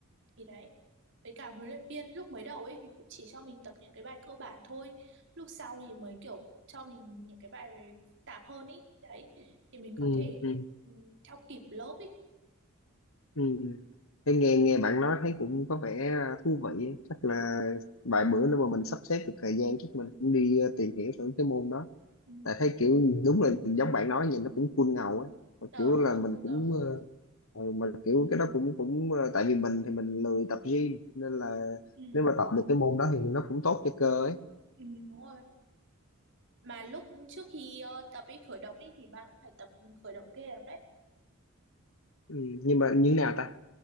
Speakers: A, on the right; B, on the left.
A: thì đấy với cả huấn luyện viên lúc mới đầu ấy thì cũng chỉ cho mình tập những cái bài cơ bản thôi lúc sau thì mới kiểu cho mình những cái bài phức tạp hơn ý đấy thì mình
B: ừ,
A: có thể
B: ừ,
A: ừ, theo kịp lớp ý
B: ừ. Thế nghe nghe bạn nói thấy cũng có vẻ thú vị ấy. chắc là vài bữa nữa mà mình sắp xếp được thời gian chắc mình cũng đi ờ, tìm hiểu thử cái môn đó
A: Ừ.
B: tại thấy kiểu đúng là giống bạn nói nhìn nó cũng cool ngầu á mà
A: Ờ
B: kiểu
A: đúng
B: là
A: rồi,
B: mình
A: cô ngờ.
B: cũng ờ, ừ, mà kiểu cái đó cũng cũng ờ, tại vì mình thì mình lười tập gym nên là
A: Ừ.
B: nếu mà tập được cái môn đó thì nó cũng tốt cho cơ ấy
A: Ừ đúng rồi. Mà lúc trước khi ờ, tập ý khởi động ý thì bạn cũng phải tập khởi động ghê lắm đấy.
B: ừ, nhưng mà như thế nào ta